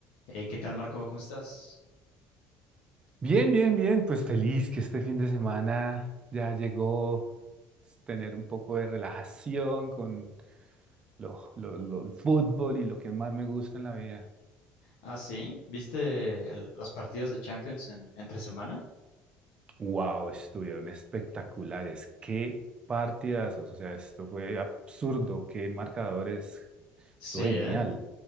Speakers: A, on the left (about 85°); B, on the right (about 30°).
A: Eh, ¿qué tal, Marco? ¿Cómo estás?
B: Bien, bien, bien, pues feliz que este fin de semana ya llegó s- tener un poco de relajación con lo, lo- lo- el fútbol y lo que más me gusta en la vida.
A: Ah, sí. ¿Viste el- los partidos de Champions en, entre semana?
B: Wow, estuvieron espectaculares, qué partidazos, o sea, esto fue absurdo, qué marcadores,
A: Sí,
B: estuvo
A: ¿eh?
B: genial.